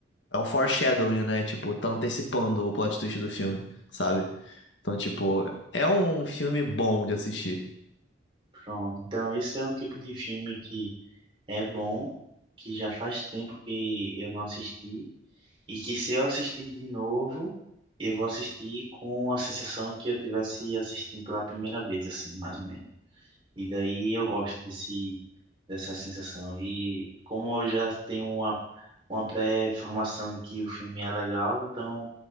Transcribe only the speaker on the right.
pronto. Então, esse é um tipo de filme que é bom, que já faz tempo que eu não assisti. E que se eu assistir de novo, eu vou assistir com a sensação que eu tivesse assistindo pela primeira vez, assim, mais ou menos. E daí eu gosto desse, dessa sensação. E como eu já tenho uma, uma pré-formação de que o filme é legal, então